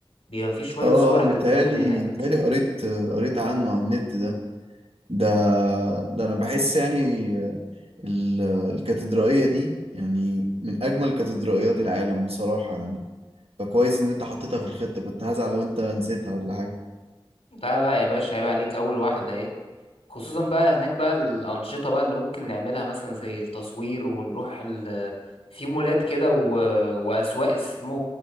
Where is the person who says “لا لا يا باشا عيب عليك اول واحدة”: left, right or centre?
Left